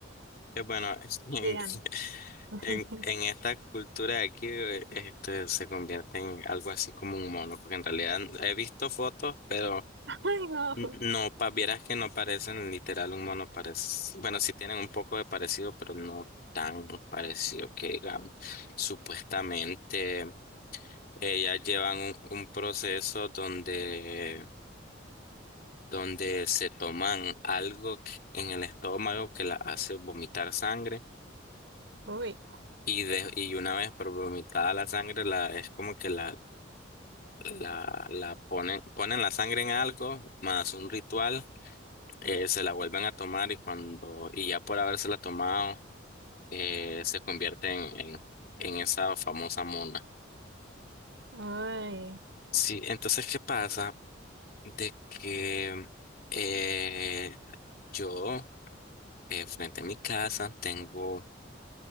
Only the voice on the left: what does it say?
Eh, bueno, <laughs> en,
en, en esta cultura de aquí eh, este, se convierte en algo así como un mono, porque en realidad he visto fotos, pero
n- no, pa, vieras que no parecen literal un mono, parece, bueno, sí tienen un poco de parecido, pero no tan parecido que digamos. Supuestamente ellas llevan un, un proceso donde donde se toman algo que- en el estómago que la hace vomitar sangre
y, de, y una vez por vomitada la sangre la, es como que la, la, la ponen, ponen la sangre en algo más un ritual, eh, se la vuelven a tomar y cuando y ya por habérsela tomado eh, se convierte en, en, en esa famosa mona.
Sí, entonces ¿qué pasa? De que eh, yo eh, frente a mi casa tengo